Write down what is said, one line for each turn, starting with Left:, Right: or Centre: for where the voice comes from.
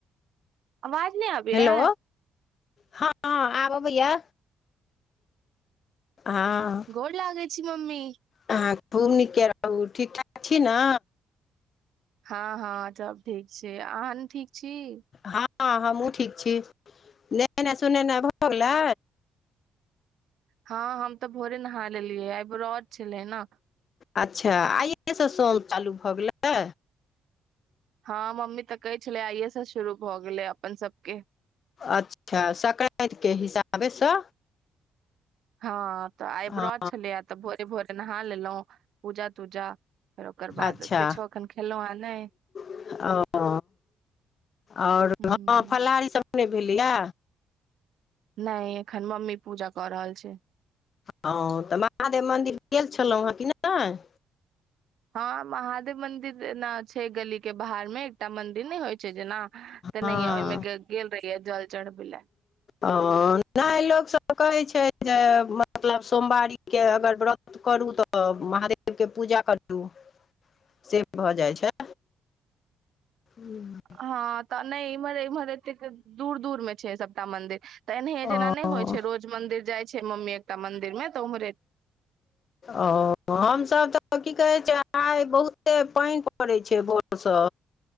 Right: अवाज नहि आबैऐ।
Left: हेलो हँ आब अबैया हँ।
Right: गोर लागै छी मम्मी।
Left: अहाँ खूब नीके रहू ठीक-ठाक छी न।
Right: हँ हँ सब ठीक छैय अहाँ ठीक छी।
Left: हँ हमहूँ ठीक छी नहेनाई सुनेनाई भऽ गेलै।
Right: हँ हम तऽ भोरे नहा लेलियै आइ व्रत छलै ने।
Left: अच्छा आइएसँ सोम चालू भऽ गेलै।
Right: हँ मम्मी तऽ कहै छलै आइये से शुरू भऽ गेले अपन सबके।
Left: अच्छा संक्रान्ति के हिसाबेसँ।
Right: हँ तऽ आइ
Left: हँ
Right: ब्रऽत छलैयैऽ तऽ भोरे भोरे नहा लेलौं पूजा तूजा फेर ओकर बाद
Left: अच्छा
Right: किछो अखन खेलौं हें नैय।
Left: ओ आओर
Right: ह
Left: हँ फलहार नैय भेलैया?
Right: नैय एखन मम्मी पूजा कऽ रहल छै।
Left: हँ तऽ महादेव मन्दिर गेल छलौं हेँ कि नैय?
Right: हँ महादेव मंदिर ना छै गली के बाहर में एकटा मंदिन नै होइ छै जेना तेनहिए
Left: हँ
Right: ओई में ग-गेल रहियै जल चढ़बै लैऽ।
Left: अऽ नाइ लोकसब कहै छै जे मतलब सोमवारी के अगर ब्रऽत करू तऽ महादेव के पूजा करू, से भऽ जाइ छै। हूँम्म।
Right: हँ तऽ नैय इम्हर-इम्हर एतेक दूर-दूर में छै सबटा मंदिर, तऽ एनाहिए
Left: ओ
Right: जेना नैय होइ छै रोज मंदिर जाइ छै मम्मी एकटा मंदिर में तऽ उम्हरे
Left: ओ हमसब तऽ की कहै छै? आइ बहुते पैइन पड़ै छै भोरसँ।